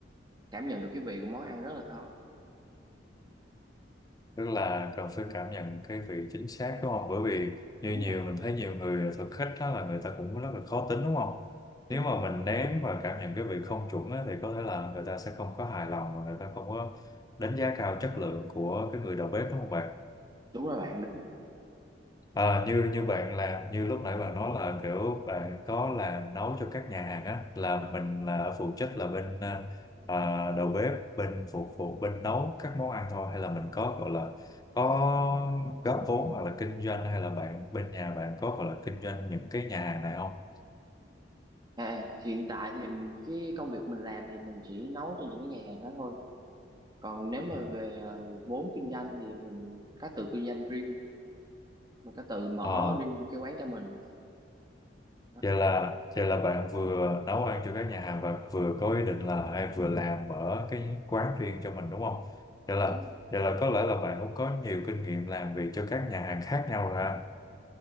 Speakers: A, on the right; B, on the left.
A: cảm nhận được cái vị của món ăn rất là khó
B: tức là cần phải cảm nhận cái vị chính xác đúng không? Bởi vì như
A: đúng
B: nhiều
A: rồi
B: mình thấy nhiều người thực khách đó là người ta cũng rất là khó tính đúng không?
A: đúng
B: Nếu mà
A: rồi
B: mình ném và cảm nhận cái vị không chuẩn á, thì có thể là người ta sẽ không có hài lòng và người ta không có đánh giá cao chất lượng của cái người đầu bếp đúng không bạn?
A: đúng rồi bạn đúng rồi
B: Ờ, như như bạn làm như lúc nãy bạn nói là kiểu bạn có làm nấu cho các nhà hàng á là mình là phụ trách là bên ờ, ờ, đầu bếp bên phục vụ bên nấu các món ăn thôi hay là mình có gọi là có góp vốn hoặc là kinh doanh hay là bạn bên nhà bạn có gọi là kinh doanh những cái nhà hàng này không?
A: à hiện tại thì cái công việc mình làm thì mình chỉ nấu cho những cái nhà hàng đó thôi còn nếu mà
B: Ừ.
A: về ờ, vốn kinh doanh thì mình có tự kinh doanh riêng mình có tự mở
B: Ờ.
A: riêng cái quán cho mình đó,
B: Vậy là vậy là bạn vừa nấu ăn cho các nhà hàng và vừa có ý định là hay vừa làm mở cái quán riêng cho mình đúng không? Vậy là
A: đúng rồi
B: vậy là có lẽ là bạn cũng có nhiều kinh nghiệm làm việc cho các nhà hàng khác nhau rồi ha.